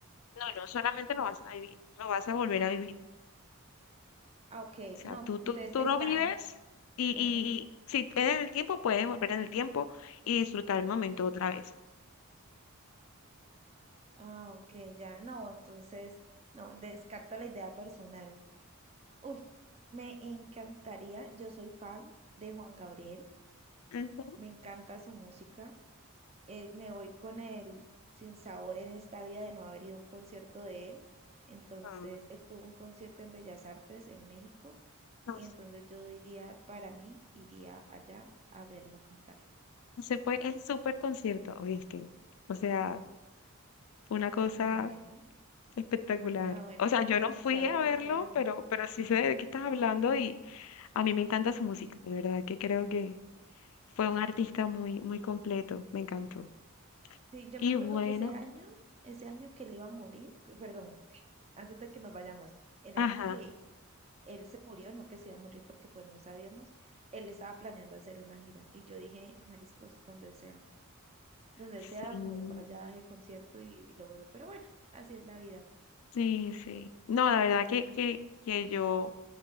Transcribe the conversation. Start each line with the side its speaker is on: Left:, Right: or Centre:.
Left: No, no, solamente lo vas a vivir, lo vas a volver a vivir.
Right: Ah, ok,
Left: O sea,
Right: no,
Left: tú, tú,
Right: entonces
Left: tú
Right: está
Left: lo vives
Right: en...
Left: y,
Right: Ajá,
Left: y- y si eres en el tiempo, puedes volver en el tiempo y disfrutar el momento otra vez.
Right: ah, ok, ya, no, entonces, no, descarto la idea personal. Uf, me encantaría. Yo soy fan de Juan Gabriel.
Left: Ujú.
Right: Me encanta su música. eh, me voy con el sinsabor en esta vida de no haber ido a un concierto de él. Entonces,
Left: Ay,
Right: él tuvo un concierto en Bellas Artes en México.
Left: No,
Right: Y entonces yo diría, para mí, iría allá a verlo cantar.
Left: Se fue el super concierto, ¿viste? O sea, una cosa
Right: Ah, bueno.
Left: espectacular.
Right: Ah, bueno.
Left: O sea, yo no fui
Right: ¿Sabes
Left: a verlo,
Right: de qué hablo?
Left: pero, pero sí
Right: Ajá.
Left: sé de qué estás hablando y a mí me encanta su música, de verdad que creo que fue un artista muy, muy completo, me encantó.
Right: Sí, yo
Left: Y
Right: me acuerdo
Left: bueno,
Right: que ese año, ese año que él iba a morir, que- perdón, que- antes de que nos vayamos, el
Left: ajá,
Right: año que él se murió, no que se iba a morir porque pues no sabíamos, él estaba planeando hacer una gira y yo dije, mariscos, donde sea, donde
Left: sí.
Right: sea, me voy para allá a concierto y, y lo veo, pero bueno, así es la vida.
Left: Sí, sí. No, la verdad que, que, que yo